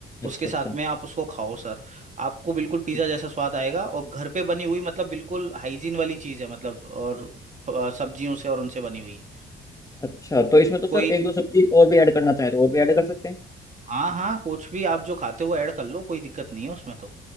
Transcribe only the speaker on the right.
उसके
साथ में आप उसको खाओ सर आपको बिल्कुल पिज़्ज़ा
जैसा स्वाद आएगा और घर पे बनी हुई मतलब बिल्कुल हाइजीन वाली चीज़ है मतलब और अ, सब्जियों से और उनसे बनी हुई
कोई
हाँ हाँ कुछ भी आप जो खाते हो ऐड कर लो कोई दिक्कत नहीं है उसमें तो